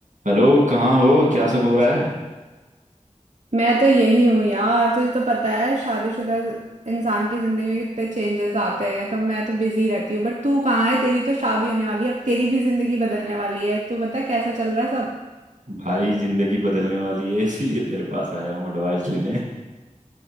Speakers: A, on the right; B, on the right.
A: Hello कहाँ हो क्या सब हो रहा है
B: मैं तो यही हूँ यार तुझे तो पता है शादीशुदा इंसान की जिंदगी में कितने चेंजेस आते हैं तो मैं तो बिजी रहती हूँ बट तू कहाँ है तेरी तो शादी होने वाली है अब तेरी भी जिंदगी बदलने वाली है तू बता कैसा चल रहा है सब
A: भाई जिंदगी बदलने वाली है इसीलिए तेरे पास आया हूँ एडवाइस लेने